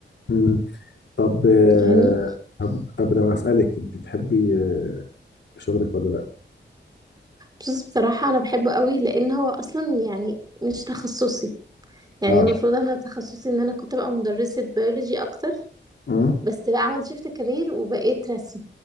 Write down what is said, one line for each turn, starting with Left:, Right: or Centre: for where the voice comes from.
Left: امم طب آه،
Right: فاهمني
Left: طب طب لو هسألك انت بتحبي آه، شغلك ولا لا
Right: بس بصراحة انا بحبه قوي لان هو اصلا يعني مش تخصصي يعني
Left: اه
Right: المفروض انا تخصصي ان انا كنت بقى مدرسة بيولوجي اكتر
Left: امم
Right: بس بقى عملت شيفت كارير وبقيت رسم